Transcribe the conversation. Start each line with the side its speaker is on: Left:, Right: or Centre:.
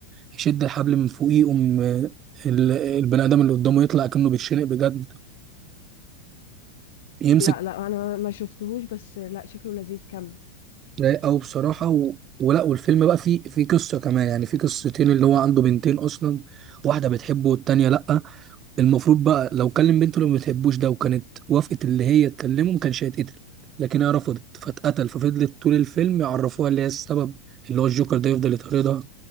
Right: يشد الحبل من فوقيه يقوم آه، ال- البني ادم اللي قدامه يطلع كأنه بيتشنق بجد يمسك
Left: لا لا انا ما شفتهوش بس لا شكله لذيذ كمل
Right: رايق أوي بصراحة و... ولا والفيلم بقى فيه فيه قصة كمان يعني فيه قصتين اللي هو عنده بنتين أصلا واحدة بتحبه والتانية لأ المفروض بقى لو كلم بنته اللي ما بتحبوش ده وكانت وافقت اللي هي تكلمه ما كانش هيتقتل لكن هي رفضت فاتقتل ففضلت طول الفيلم يعرفوها اللي هي السبب اللي هو الجوكر ده يفضل يطاردها